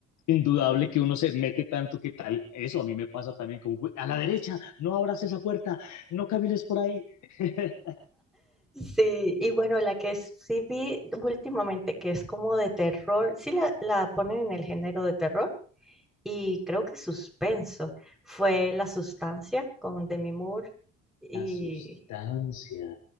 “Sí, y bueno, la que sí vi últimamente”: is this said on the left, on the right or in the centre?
Centre